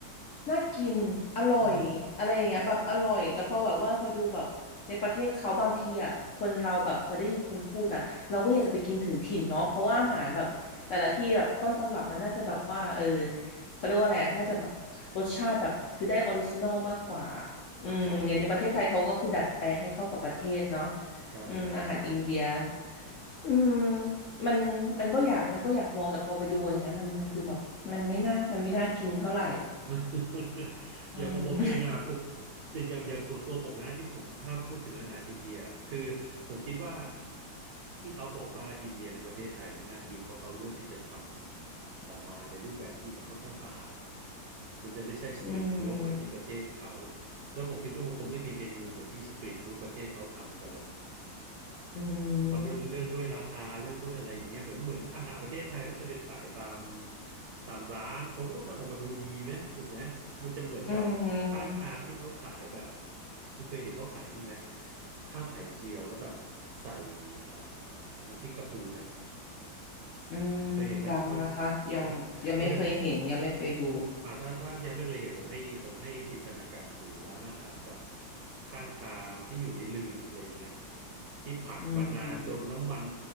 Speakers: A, on the left (about 80°); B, on the right (about 65°).
A: น่ากินอร่อยอะไรอย่างเงี้ยแบบอร่อยแต่พอแบบว่าพอดูแบบในประเทศเขาบางทีอ่ะคนเราแบบพอได้ยินคนพูดอ่ะเราก็อยากจะไปกินถึงถิ่นเนาะเพราะว่าอาหารแบบแต่ละที่แบบต้นตำรับมันน่าจะแบบว่าเออ
B: อืมอ่า
A: เขาเรียกว่าอะไรอ่ะน่าจะแบบรสชาติแบบคือได้ออริจินอลมากกว่าอืมอย่างในประเทศไทยเขาก็คือดัดแปลงให้เข้ากับประเทศเนาะ
B: อ่าใช่อ่าใช่ใช่ใช่
A: อืมอาหารอินเดีย อืมมันมันก็อยากมันก็อยากลองแต่พอไปดูอย่างเงี้ยมันมันดูแบบมันไม่น่ามันไม่น่ากินเท่าไหร่
B: <laughs>
A: อืม
B: อย่างของผมเองอ่ะผมอย่างอย่างอย่างส่วนตัวผมนะที่ผมถ้าพูดถึงอาหารอินเดียคือผมคิดว่าที่เขาบอกว่าอินเดียในประเทศไทยมันน่ากินเพราะเขาเลือกที่จะทำออกมาในรูปแบบที่มันค่อนข้างสะอาดมันจะไม่ใช่สตรีทฟู้ดเหมือนที่ประเทศเขา
A: <laughs> อืม
B: แล้วผมคิดว่ามันคงไม่มีเมนูเหมือนที่สตรีทฟู้ดประเทศเขาทำกันหรอก
A: อืม
B: พอเรื่องเรื่องด้วยราคาเรื่องด้วยอะไรอย่างเงี้ยเหมือนเหมือนอาหารประเทศไทยที่จะไปขายตามตามร้านเขาก็ต้องทำออกมาดูดีไหมถูกไหมมันจะเหมือนกับข้างทางที่เขาขายแบบ
A: อืม
B: คุณเคยเห็นเขาขายนี่ไหมข้าวไข่เจียวแล้วแบบใส่เอ่อน้ำพริกปลาทูไหม
A: อืม
B: เคยเห็นไหมมัน
A: ยังนะคะยังยังไม่เคยเห็นยังไม่เคยดู
B: อ๋อมันจะ อ่าถ้าถ้ายังไม่เคยเห็นผมให้ผมให้จินตนาการถึงร้านอาหารแบบข้างทางที่อยู่ในหลืบอะไรอย่างเงี้ยที่ผัดมานานจนน้ำมัน
A: อืม